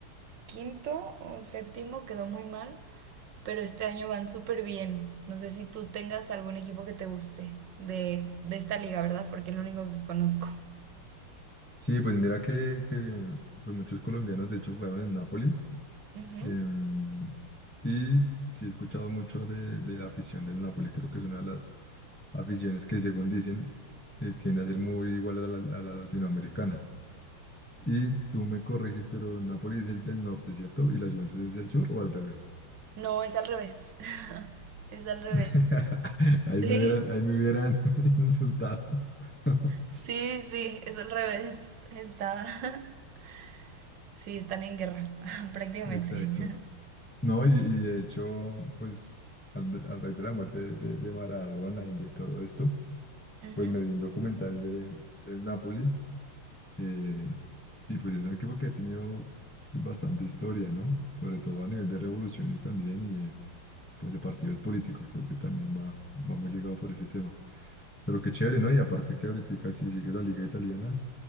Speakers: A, on the right (about 60°); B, in the centre.
A: quinto o séptimo quedó muy mal, pero este año van súper bien. No sé si tú tengas algún equipo que te guste de, de esta liga, ¿verdad? Porque es lo único que conozco.
B: Sí, pues mira que, que pues muchos colombianos de hecho jugaron en Napoli
A: Ujú.
B: Em, y sí he escuchado mucho de, de la afición del Napoli, creo que es una de las aficiones que según dicen eh, tiende a ser muy igual a la, a la latinoamericana. Y tú me corriges, pero Napoli es el del norte, ¿cierto? ¿Y la Juventus es el sur o al revés?
A: No, es al revés. <laughs> Es al revés.
B: <laughs> Ahí
A: Sí,
B: me hubieran, ahí me hubieran <laughs> insultado. <laughs>
A: sí, sí, es al revés. Está. <laughs> Sí, están en guerra, <laughs> prácticamente.
B: Exacto.
A: <laughs>
B: No, y, y de hecho, pues al, al raíz de la muerte de, de- de Maradona y de todo esto,
A: Ujú.
B: pues me vi un documental de, del Napoli Eh, y pues es un equipo que ha tenido pues, bastante historia, ¿no? Sobre todo a nivel de revoluciones también y de, pues, de partidos políticos, creo que también va, va muy ligado por ese tema. Pero qué chévere, ¿no? Y aparte que ahorita casi sigue la liga italiana,